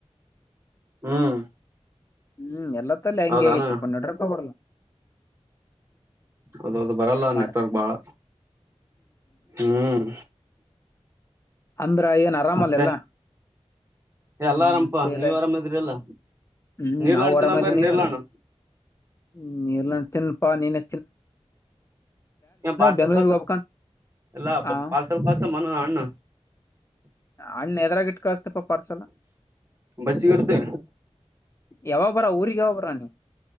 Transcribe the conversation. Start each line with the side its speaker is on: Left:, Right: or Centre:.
Right: ಹ್ಮ್
Left: ಹ್ಮ್ ಎಲ್ಲತ್ತಲ್ಲ ಹೆಂಗಗೆ
Right: ಹೌದಾನ
Left: ಆಗತಿ ಪ ನಡ್ರ ಬ
Right: ಅದು ಅದು ಬರಲ್ಲ
Left: ಅದೇ ಮಾಡ್ಸ
Right: ನೆಟ್ವರ್ಕ್ ಬಾಳ ಹ್ಮ್
Left: ಅಂದ್ರ ಏನ್ ಆರಾಮಲ್ಲಲ್ಲ
Right: ಮತ್ತೆ
Left: ಹ್ಮ್
Right: ಎಲ್ಲ ಆರಾಮಪ
Left: ತೇಲ
Right: ನೀವ್ ಆರಾಮದ್ರಿಲ್ಲ
Left: ಹ್ಮ್
Right: ನೀರ್ಲಾಣ್
Left: ನಾವವು ಓಡಾಮ
Right: ತಿನ್ನಂಬರಿ
Left: ಇದೀನಿ
Right: ನೀರ್ಲಾಣ್
Left: ಹ್ಮ್ ಎಲ್ಲ ತಿನ್ಪಾ ನೀನ
Right: ಹ ಯ ಪಾರ್ಸಲ್
Left: ಬೆಂಗ್ಳೂರ್ಗ್
Right: ಕಸ
Left: ಹೋಗ್ಬೇಕಂತ
Right: ಎಲ್ಲಾ
Left: ಆ
Right: ಪಾರ್ಸಲ್ ಕಸ ಮನ ಅಣ್ಣ
Left: ಹಣ್ಣ ಎದರಾಗಿ ಇಟ್ ಕಳಸ್ತಪ ಪರ್ಸಲ್
Right: ಬಸ್ಸಿಗೆ ಇರ್ತಿ
Left: ಯ ಬರ ಊರಿರಿಗೆ ಯ ಬರಾನೀ